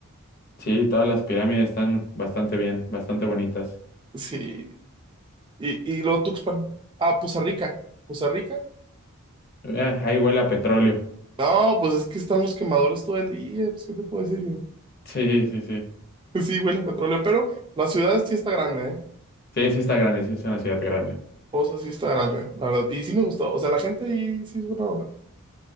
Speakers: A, on the left; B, on the right.
A: Sí, todas las pirámides están bastante bien, bastante bonitas.
B: Sí, y, y luego Tuxpan. Ah, Poza Rica, Poza Rica.
A: Eh, ahí huele a petróleo.
B: No, pues es que están los quemadores todo el día, pues, ¿qué te puedo decir yo? <laughs>
A: Sí, sí, sí.
B: Sí, huele a petróleo, pero la ciudad sí está grande, ¿eh?
A: Sí, sí está grande, sí es una ciudad grande.
B: O sí está grande, la verdad. Y sí me gustó. O sea, la gente ahí sí es buena onda.